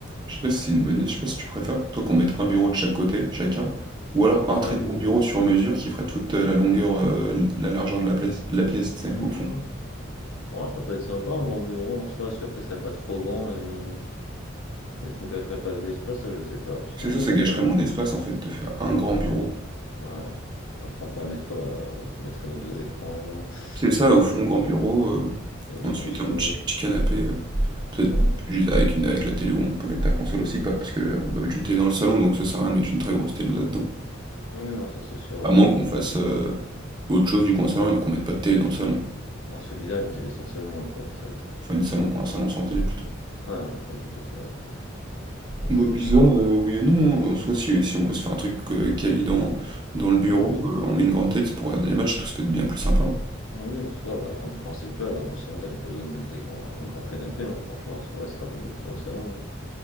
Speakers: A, on the right (about 20°); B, on the left (about 75°).
A: je sais pas si c'est une bonne idée, je sais pas si tu préfères, toi, qu'on mette un bureau de chaque côté, chacun, ou alors un
B: ouais,
A: très
B: dis-moi.
A: grand bureau sur mesure qui ferait toute euh, la longueur, euh, la largeur de la pièce, la pièce, tu sais,
B: Hmm.
A: au fond.
B: Ouais, ça peut être sympa un grand bureau en soi, parce qu'après il serait pas trop grand et on et qu'on gâcherait pas de l'espace, ça je sais pas, parce
A: C'est
B: qu'en
A: ça,
B: soi
A: ça
B: on
A: gâcherait
B: a quoi dans-
A: moins d'espace en fait, de faire un grand bureau.
B: Ouais. Après on pourrait mettre quoi? euh, On mettrait nos deux écrans,
A: C'est ça,
B: nos
A: au
B: deux
A: fond,
B: cons...
A: grand bureau, heu,
B: nos deux
A: ensuite
B: consoles.
A: un petit petit canapé, heu, peut-être
B: Ouais,
A: juste avec une avec la télé où on peut mettre la console aussi pas parce que euh, on va mettre une télé dans le salon, donc ça sert à rien de mettre une très grosse télé là-dedans.
B: Oui, non, ça c'est sûr,
A: À
B: ouais,
A: moins
B: on
A: qu'on
B: met
A: fasse, heu, autre chose du coin salon et qu'on mette pas de télé dans le salon.
B: bon, ça bizarre une télé sans salon après, c'est ça le truc.
A: Enfin une salon un salon sans télé plutôt.
B: Ouais, il faut plutôt c'est vrai, c'est plus euh, français.
A: Bah bizarre, heu, oui et non, hein. En soi, si si on veut se faire un truc, heu, quali dans dans le bureau,
B: Oui,
A: heu, on met une grande télé, c'est pour regarder les matchs et tout, ça peut être bien plus sympa, hein.
B: oui, en soi, bah, dans le principe là, alors dans le salon, t'as même pas besoin de mettre des grands, un grand canapé, hein, franchement, si on restera pas beaucoup dans le salon, hein.